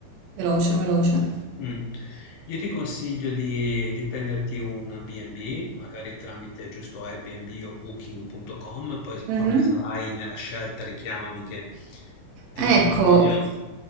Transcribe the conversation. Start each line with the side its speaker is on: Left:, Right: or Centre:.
Right: veloce, veloce.
Left: Mm. Io ti consiglio di, di prenderti un B&B, magari tramite giusto Airbnb o Booking.com, poi
Right: Mhm.
Left: quando sarai nella scelta richiamami che ti
Right: Ecco,
Left: dico meglio.